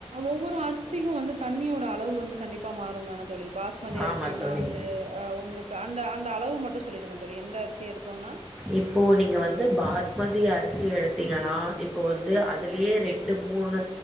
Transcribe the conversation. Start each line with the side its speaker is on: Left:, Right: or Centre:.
Right: ஒவ்வொரு அரிசிக்கு வந்து தண்ணியோட அளவு வந்து கண்டிப்பா மாறுந்தான தோழி பாஸ்மதி அரிசினா
Centre: ஆமா தோழி
Right: வந்து அ ஒன்னு க்கு அந்த அந்த அளவு மட்டு சொல்லிடுங்க தோழி எந்த அரிசி எடுத்தோனா
Centre: இப்போ நீங்க வந்து பாஸ்மதி அரிசி எடுத்தீங்கனா இப்போ வந்து அ துலியே ரெண்டு மூணு